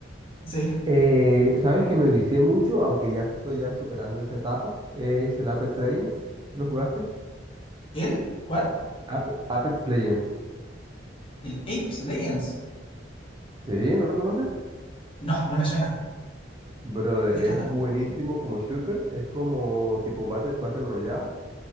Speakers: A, on the left (about 30°); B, on the right (about 25°).
A: Sí.
B: Eh, ¿sabes que me vicié mucho, aunque ya estoy ya superando esa etapa? Es el Apex Legends. ¿Sí lo jugaste?
A: ¿El? ¿Cuál?
B: Ape- Apex Legends.
A: ¿El Apex Legends?
B: ¿Sí? ¿No lo conoces?
A: No, no me suena.
B: Brother,
A: ¿De qué
B: es
A: trata?
B: buenísimo como shooter. Es como tipo Battle, Battle Royale,